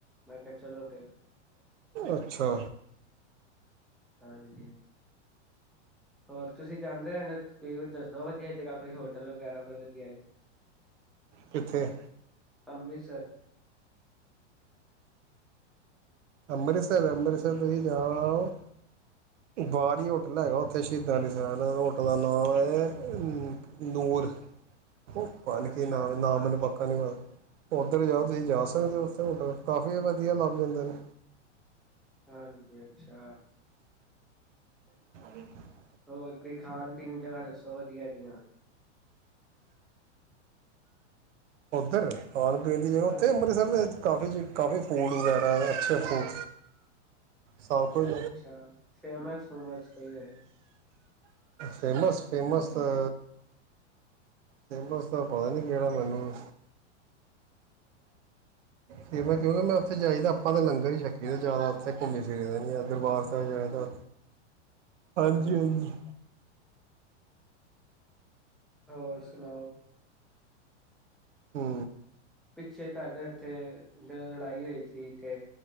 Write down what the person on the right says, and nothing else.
ਅੱਛਾ
ਕਿੱਥੇ?
ਅੰਮ੍ਰਿਤਸਰ ਸਿਰ ਅੰਮ੍ਰਿਤਸਰ ਤੁਸੀਂ ਜਾਓ ਬਾਹਰ ਹੀ ਹੋਟਲ ਹੈਗਾ ਉੱਥੇ ਸ਼ਹੀਦਾਂ ਸਾਈਡ ਹੋਟਲ ਦਾ ਨਾਮ ਹੈ ਨੂਰ ਉਹ ਪਤਾ ਨੀ
ਕੀ ਨਾ ਨਾ ਮੈਨੂੰ ਪੱਕਾ ਨੀ ਪਤਾ ਉੱਧਰ ਜਾਓ ਤੁਸੀਂ ਜਾ ਸਕਦੇ ਹੋ ਉੱਥੇ ਹੋਟਲ ਕਾਫੀ ਵਧੀਆ ਲੱਭ ਜਾਂਦਾ ਏ
ਹ
ਓਧਰ ਖਾਣ- ਪੀਣ ਦੀ ਜਗ੍ਹਾ ਉੱਥੇ
ਅਮ੍ਰਿਤਸਰ ਦੇ ਵਿਚ ਕਾਫੀ ਚੀ ਕਾਫੀ ਫੂਡ ਵਗੈਰਾ, ਅੱਛੇ ਫੂਡ ਸਭ ਕੁਝ
ਫੇਮਸ ਫੇਮਸ ਤਾਂ ਫੇਮਸ ਦਾ ਪਤਾ ਨੀ ਕਿਹੜਾ ਮੈਨੂੰ ਕਿਉਂਕਿ ਮੈਂ ਉਥੇ ਜਾਈ ਤੇ ਆਪਾਂ ਤੇ ਲੰਗਰ ਹੀ ਛਕੀ ਦਾ ਜਿਆਦਾ ਉਥੇ ਘੁੰਮੀ ਫਿਰੇ ਦਾ ਨਹੀਂ ਹੈ ਦਰਬਾਰ
ਸਾਬ ਜਾ ਤਾਂ ਹਾਂਜੀ-
ਹਾਂਜੀ।
ਹੂੰ,